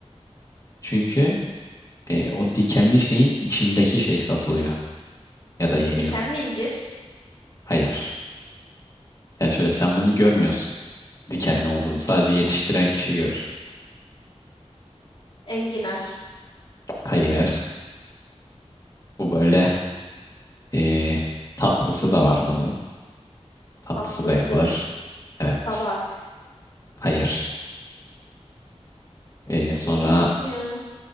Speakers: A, on the left; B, on the left.
A: Çünkü ee, o dikenli şeyin içindeki şey satılıyor ya da yeniyor.
B: e, Dikenli incir.
A: Hayır. Yani şöyle sen bunu görmüyorsun. dikenli olduğunu sadece yetiştiren kişi görür.
B: Enginar.
A: Hayır. Bu böyle eee, tatlısı da var bunun. Tatlısı
B: Tatlısı.
A: da yapılır. Evet.
B: Kabak.
A: Hayır. Eee, sonra
B: Neymiş bu ya?